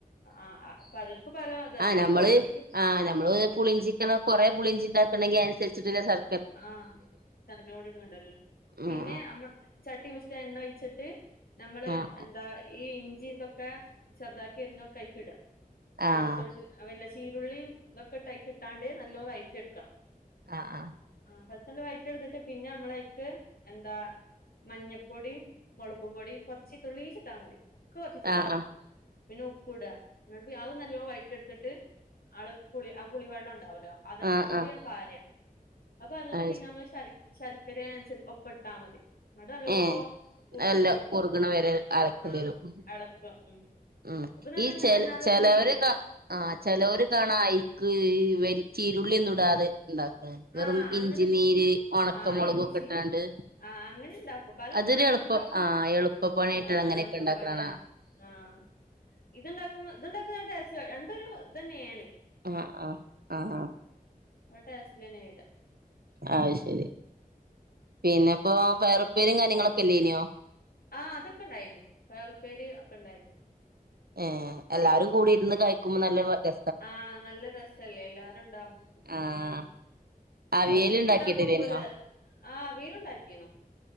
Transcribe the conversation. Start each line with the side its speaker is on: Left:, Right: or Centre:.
Left: ആഹ് പലർക്കും പലതല്ലേ
Right: ആഹ് നമ്മള്
Left: പൊളിഞ്ചിക്കും ആഹ്
Right: നമ്മള് പുളിഞ്ചിക്കണ കൊറെ പുളിഞ്ചി ണ്ടാക്കണെങ്കി അയ്നുസര്ച്ചിട്ടില്ല ശർ
Left: ആഹ് ശര്ക്കരപൊടിട് കണ്ടാല്ലോ പിന്നെ
Right: ഉം
Left: അമ്മ ചട്ടീംവെച്ചിട്ട് എണ്ണ ഒയ്ച്ചിട്ട് നമ്മള്
Right: ഉം
Left: എന്താ ഈ ഇഞ്ചിതൊ ഒക്കെ ചെർതാക്കി അരിഞ്ഞൊക്കെയ്ക്ക്ട
Right: ആഹ് ആഹ്
Left: വെളുത്തുള്ളി വെല്ല ശീരുള്ളിയും ഇതൊക്കെട്ടയ്കിട്ടാണ്ട് നല്ലൊ വയ്റ്റിയെടുക്കാം
Right: ആഹ് ആഹ്
Left: ആഹ് പെട്ടന്ന് വൈറ്റൊട്ത്തിട്ട് പിന്നെ മ്മളൈക്ക് എന്താ മഞ്ഞപ്പൊടീം മൊളകും പൊടീം കൊർച്ച് തുള്ളീച്ച്ട്ടാ മതി ക്കെ കൊർച്ചീച്ചട്ട്ട്ടാ
Right: ആഹ് ആഹ്
Left: മതി പിന്നെ ഉപ്പ്ട അത് നല്ലോ വഴറ്റെടുത്തിട്ട് ആള് പുളി ആഹ് പുളി വള്ളണ്ടാവല്ലോ <unintelligible>
Right: ആഹ് ആഹ്
Left: അപ്പൊ അന്ന്ട്ട്
Right: ആഹ്
Left: പിന്നെമ്മള് ശര് ശര്ക്കരനുസരിച്ച് ഒപ്പട്ടാമതി വടെല്ലോ
Right: ഏഹ്
Left: കുറിക്ക്യടുക്കാം
Right: നല്ല കുറുകണ വരെ അരക്കേണ്ടി
Left: ആഹ്
Right: വരും
Left: എളക്കം ഉം
Right: ഉം
Left: അപ്പൊതനെങ്ങൻ
Right: ഈ ചെല
Left: തന്നാലെ
Right: ചെലവര്
Left: കുറുകി വെരും
Right: ക ആഹ് ചെലോര് കാണാ ഐക്ക് ഇവര് ചീരുള്ളിന്നുടാതെ ഇണ്ടാക്ക് വെറും
Left: ആഹ് അങ്ങനെ
Right: ഇഞ്ചിനീര് ഒണക്കമൊളകുക്കെട്ടാണ്ട്
Left: ആഹ് ഇഞ്ചി ആഹ് അങ്ങനെ ഇണ്ടാക്കും പല
Right: അതൊരെളുപ്പം
Left: മോഡലും ഉണ്ടാക്കും
Right: ആഹ് എളുപ്പ പണിയാട്ടങ്ങനെയൊക്കെ
Left: ആഹ് എളുപ്പപ്പണി
Right: ഇണ്ടാക്ക്ണാണാ
Left: ആഹ് ഇത്ണ്ടാക്കുമ ത്ണ്ടാക്കന ടേസ്റ്റ് രണ്ടൊരു ഹ ത് ന്നെയാണ്.
Right: ആഹ് ആഹ് ആഹ് ആഹ്
Left: അ ട്ടേസ് <unintelligible>
Right: ആഹ് ശെരിയ പിന്നെപ്പോ പയറുപേരിയും കാര്യങ്ങളൊക്കെല്ലേനിയോ
Left: ആഹ് അതൊക്കെണ്ടായിന്നു പയറുപ്പേരീ അക്കെണ്ടായി
Right: ഏഹ് എല്ലാരും കൂടി ഇരുന്ന് കഴ്ക്കുമ്പോ നല്ല ര
Left: ആഹ് നല്ല രസല്ലേ എല്ലാരുണ്ടാവും
Right: ആഹ്
Left: ഉം
Right: അവിയല്
Left: ഒറ്റക്ണ്ടാക്കുമ്പോ
Right: ഇണ്ടാക്കിട്ടില്ലേന്യോ
Left: ഒര് ആഹ് അവീല്ണ്ടാക്കിനു